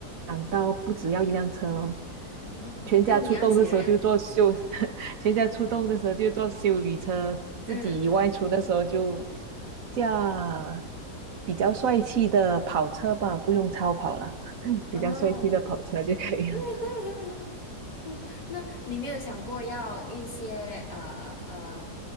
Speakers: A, on the right; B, on the left.
A: 想到不只要一辆车咯，
B: 哦，
A: 全家出动的时候就坐修，
B: 那你要几辆？
A: <laughs> 全家出动的时候就坐修理车，自己外出的时候就
B: 嗯，
A: 驾比较帅气的跑车吧，不用超跑了，<laughs> 比较帅气的跑车就可以了。
B: 哦。<laughs> <laughs> 嗯，那你没有想过要一些呃呃